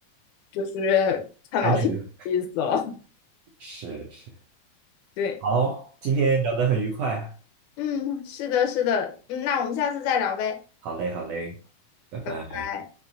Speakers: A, on the left (about 75°); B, on the right (about 80°).
A: 就是看老天的意思了。
B: 安全的，
A: <laughs>
B: 是是。
A: 对。
B: 好，今天聊得很愉快，
A: 嗯，是的，是的，嗯，那我们下次再聊呗，
B: 好嘞好嘞，拜拜。
A: 拜拜。